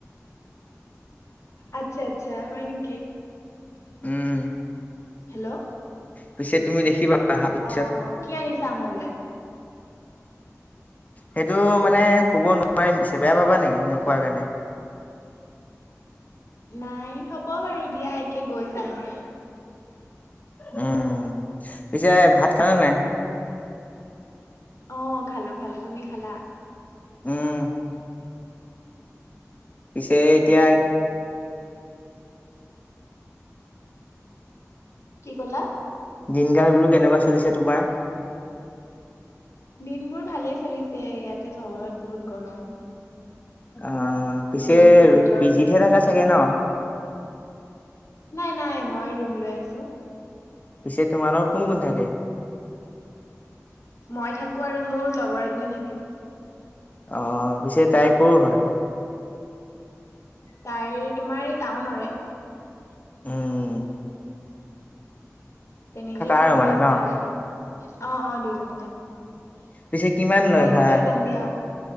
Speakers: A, on the left; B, on the left.
A: আচ্ছা, আচ্ছা হ'য় নেকি?
B: উম
A: হেল্লো'।
B: পিছে তুমি দেখিবা। অহাৰ পিছত
A: অঁ, কি আনিছা মোৰলে?
B: সেইটো মানে কব নোৱাৰিম পিছে বেয়া পাবা নেকি নোকোৱাৰ কাৰণে।
A: নাই হব বাৰু দিয়া একে গৈ চামগে।
B: উম, পিছে ভাত খালা নাই?
A: অঁ খালো খালো তুমি খালা?
B: অঁ পিছে এতিয়াই
A: অ'। কি ক'লা?
B: দিনকাল বোলো কেনেকুৱা চলিছে তোমাৰ?
A: দিনবোৰ ভালেই চলিছে, ইয়াতে চহৰত বহুত গৰম।
B: আহ পিছে
A: ৰুমটোৰ ভিতৰতে
B: পিজিতহে
A: এনি
B: থকা
A: টাইম।
B: চাগে ন?
A: নাই নাই মই ৰুম লৈ আছো।
B: পিছে তোমাৰ লগত কোন কোন থাকে?
A: মই থাকো আৰু মোৰ লগৰ এজনী থাকে।
B: অহ পিছে তাই কৰ হয়।
A: তাই তোমাৰ এই টাউনৰে।
B: অঁ -
A: তেনেকেই
B: আৰু
A: চলি
B: মানে
A: আছে
B: ন?
A: আৰু। অঁ, অঁ দুইজনী থাক্‌।
B: পিছে কিমান লয়
A: তাইকো
B: ভাড়া?
A: লৈ যাম দিয়া।